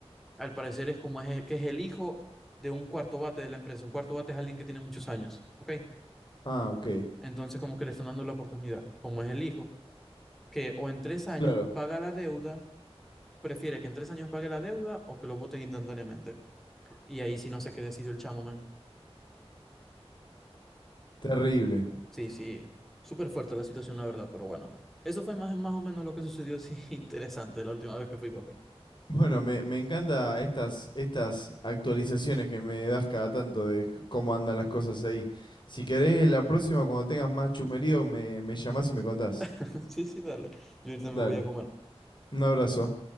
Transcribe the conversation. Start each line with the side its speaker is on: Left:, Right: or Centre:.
Centre: al parecer es como es, que es el hijo de un cuarto bate de la empresa. Un cuarto bate es alguien que tiene muchos años, ¿ok?
Left: Ah, ok.
Centre: Entonces como que le están dando la oportunidad, como es el hijo, que o en tres años
Left: Claro,
Centre: paga la deuda, prefiere que en tres años pague la deuda o que lo voten instantáneamente. Y ahí sí no sé qué decidió el chamo, man.
Left: terrible.
Centre: Sí, sí, súper fuerte la situación, la verdad, pero bueno, eso fue más, más o menos lo que sucedió, sí, <laughs> interesante la última vez que fui, papi.
Left: Bueno, me, me encanta estas, estas actualizaciones que me das cada tanto de c- cómo andan las cosas ahí. Si querés, la próxima, cuando tengas más chusmerío, me, me llamás y me contás.
Centre: <laughs> Sí, sí, dale, yo ahorita
Left: Dale,
Centre: me voy a comer.
Left: un abrazo.